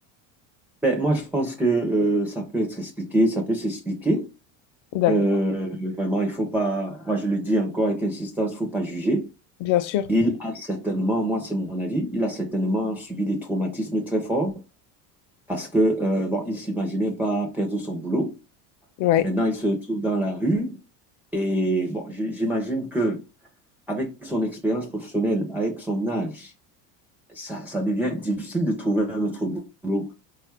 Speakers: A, in the centre; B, on the left (about 55°).
A: ben, moi, je pense que euh, ça peut être expliqué, ça peut s'expliquer.
B: D'accord,
A: Euh, vraiment, il faut pas, moi je le dis encore avec insistance, il faut pas juger.
B: bien sûr.
A: Il a certainement, moi c'est mon avis, il a certainement subi des traumatismes très forts parce que, euh, bon, il s'imaginait pas perdre son boulot.
B: Ouais.
A: Maintenant, il se retrouve dans la rue et bon, j- j'imagine que avec son expérience professionnelle, avec son âge, ça, ça devient difficile de trouver un autre boulot.